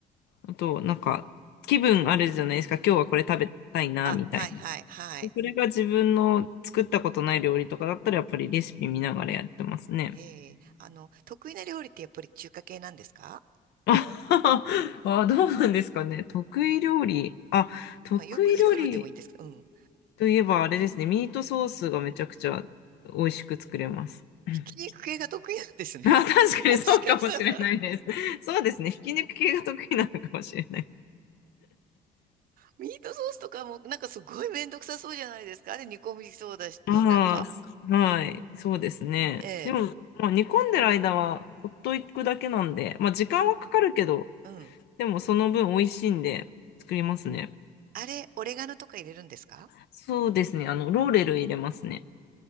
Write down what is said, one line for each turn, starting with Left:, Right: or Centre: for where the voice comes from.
Left: あと、なんか、気分あるじゃないですか。今日はこれ食べたいな、
Right: あ、
Left: みたいな。
Right: はいはいはい。
Left: でそれが自分の作ったことない料理とかだったら、やっぱりレシピ見ながらやってますね。
Right: ええ、あの、得意な料理ってやっぱり中華系なんですか
Left: あ <laughs> あ、どうなんですかね。得意料理。あ、得意料理
Right: まあ、よく作るでもいいんですけど、うん。
Left: といえばあれですね。ミートソースがめちゃくちゃ美味しく作れます。<laughs>
Right: ひき肉系が得意なんですね。
Left: あ、確かにそうかもしれないです。
Right: <laughs> もしかしたら、
Left: そうですね。ひき肉系が得意なのかもしれない。
Right: ミートソースとかも、なんかすごいめんどくさそうじゃないですか。あれ煮込みそうだし、
Left: ああ、
Right: なんか。
Left: すはい、そうですね。
Right: ええ、
Left: でも、まあ、煮込んでる間はほっといくだけなんで、まあ、時間はかかるけど、
Right: うん。
Left: でもその分美味しいんで作りますね。
Right: あれ、オレガノとか入れるんですか
Left: そうですね。あの、ローレル入れますね。